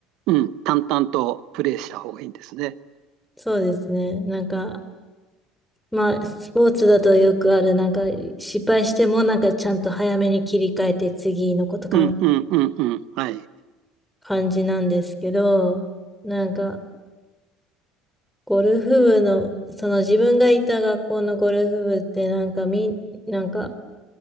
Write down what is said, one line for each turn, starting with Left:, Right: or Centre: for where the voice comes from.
Right: う、うん、淡々とプレイした方がいいんですね。
Centre: そうですね。なんか、まあ、スポーツだとよくある、なんか、失敗しても、なんか、ちゃんと早めに切り替えて、次のこと考
Right: うん、うん、うん、うん、はい。
Centre: 感じなんですけど、なんか、ゴルフ部の、その自分がいた学校のゴルフ部ってなんかみ、なんか、